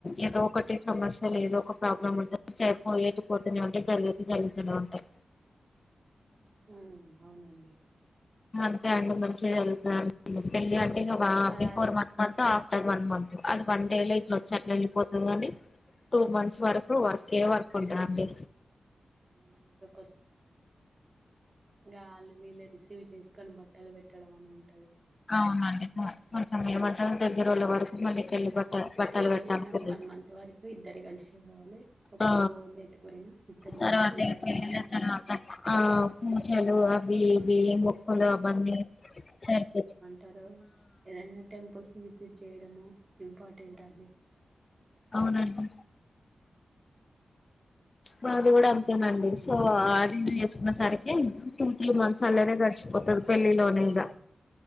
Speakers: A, on the left; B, on the right.
A: ఏదో ఒకటి సమస్యలు ఏదో ఒక ప్రాబ్లం ఉంటుదండి చెనీపోయే పోతూనే ఉంటాయి జరగది జరుగుతూనే ఉంటాయి
B: హ్మ అవునండి
A: అంతే అండి మంచిగా జరుగుతది పెళ్ళి అంటే ఇగ
B: పదహారు
A: before months after one month అది వన్ డే లో ఇట్లా వచ్చి అట్లా ఏళ్ళిపోతుంది కానీ టూ మంత్స్ వరకు వర్క్ ఏ వర్క్ ఉంటందండి
B: అవునండి ఇక గాళ్ళు వీళ్ళు రిసీవ్ చేసుకొని బట్టలు పెట్టడం అని ఉన్
A: అవునండి కొ కొంచెం ఏమంటారు దగ్గర వాళ్ళ వరకు మళ్లి పెళ్లి
B: ఆ
A: బట్ట బట్టాలు
B: ఎటు
A: పెట్టలి
B: పోయినా ఒక వన్ మంత్ వరకు ఇద్దరు కలిసి పోవాలి ఒక్కరు
A: ఆ
B: పోవద్దు ఎటు పోయినా ఇద్దరు
A: తర్వాత
B: పోవాలి ఇద్దరు
A: ఈ పెళ్ళళ్ల
B: రావాలి అంటారు
A: తర్వాత ఆ పూజలు ఆ అవి ఇవి ముక్కులు అవన్నీ సరిపో
B: టారు ఏదైనా టెంపుల్సు విజిట్ చేయడము ఇంపార్టెంట్ అండి.
A: అవునండి మాది కూడా అంతేనండి సో అది ఇది చేసుకున్న సరికి టూ త్రీ మంత్స్ అల్లనే గడిచిపోతద్ పెళ్లి లోనే
B: అవును
A: ఇగ